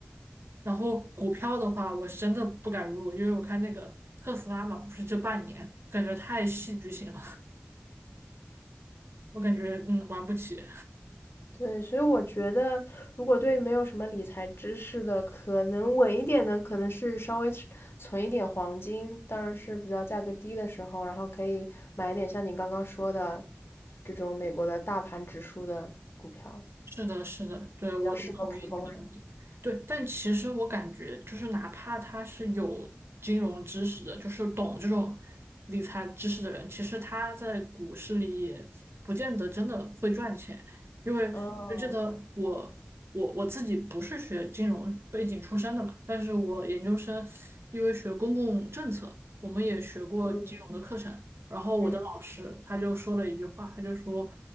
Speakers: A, on the right; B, on the left.
A: 然后股票的话，我是真的不敢入，因为我看那个特斯拉嘛，不是这半年感觉太戏剧性了，<laughs> 我感觉嗯玩不起。
B: 对，所以我觉得，如果对没有什么理财知识的，可能稳一点的，可能是稍微存存一点黄金，当然是比较价格低的时候，然后可以买一点像你刚刚说的这种美国的大盘指数的股票，
A: 是的，是的，对，我我同意你的观点。
B: 比较适合普通人。
A: 对，但其实我感觉，就是哪怕他是有金融知识的，就是懂这种理财知识的人，其实他在股市里也不见得真的会赚钱，因为我就记得我我我自己不是学金融背景出身的嘛，
B: 哦，
A: 但是我研究生因为学公共政策，我们也学过金融的课程，
B: 嗯
A: 然后我的老师他就说了一句话，
B: 嗯。
A: 他就说，